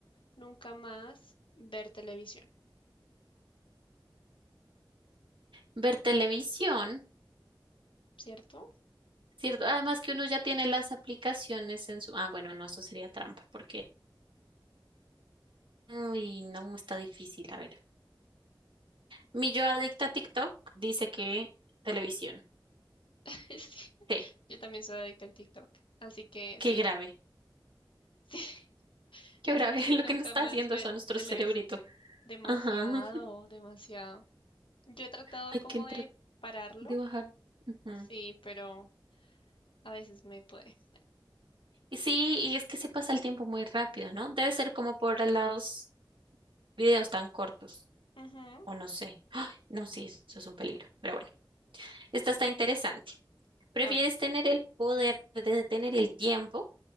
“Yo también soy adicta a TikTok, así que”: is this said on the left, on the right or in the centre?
Left